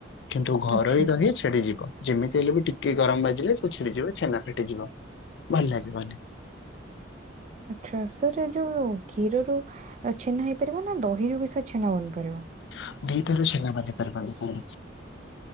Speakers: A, on the left; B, on the right.
A: କିନ୍ତୁ ଘରୋଇ
B: ଆଚ୍ଛା
A: ଦହି ଛିଡିଯିବ। ଯେମିତି ହେଲେ ବି ଟିକେ ଗରମ ବାଜିଲେ ସେ ଛିଡିଯିବ ଛେନା ଫିଟିଯିବ। ଭଲ ଲାଗିବନି।
B: ଆଚ୍ଛା ସାର୍ ଏ ଯୋଉ କ୍ଷୀରରୁ ଛେନା ହେଇପାରିବ ନା ଦହିରୁ ବି ସେ ଛେନା ବନି ପାରିବ?
A: <unintelligible> କ୍ଷୀର ଛେନାଟା ଆପଣଙ୍କର